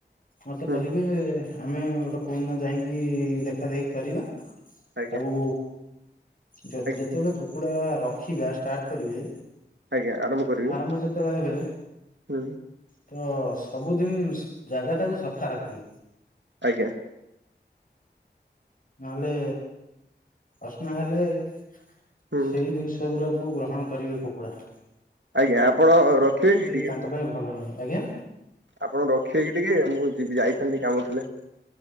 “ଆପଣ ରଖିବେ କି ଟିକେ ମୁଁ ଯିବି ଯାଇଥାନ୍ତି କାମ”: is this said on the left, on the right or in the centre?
Right